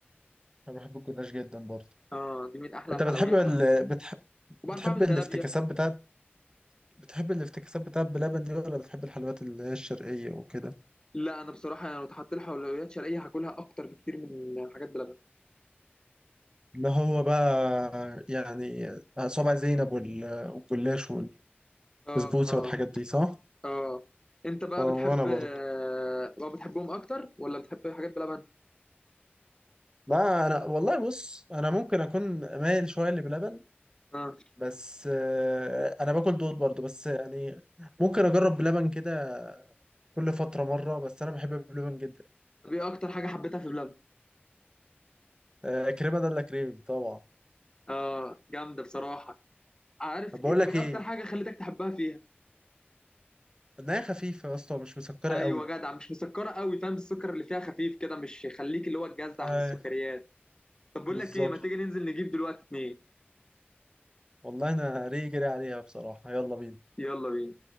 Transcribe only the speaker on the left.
اه دي من احلى
الحلويات
بس
وبعرف
اعمل
زلابيه
لا انا بصراحه يعني لو اتحط لي حلويات شرقيه هاكلها اكتر بكتير من حاجات بلبن
اه
اه
اه انت بقى
بتحب
آه بقى بتحبهم اكتر ولا بتحب حاجات بلبن
اه
طب ايه اكتر حاجه حبيتها في بلبن
اه جامده بصراحه عارف
انت
ايه
اكتر حاجه خلتك تحبها فيها
ايوه
جدع مش مسكره قوي فاهم السكر اللي فيها خفيف كده مش يخليك اللي هو تجزع
من السكريات طب بقول
لك ايه ما تيجي ننزل نجيب دلوقتي اتنين
يلا بينا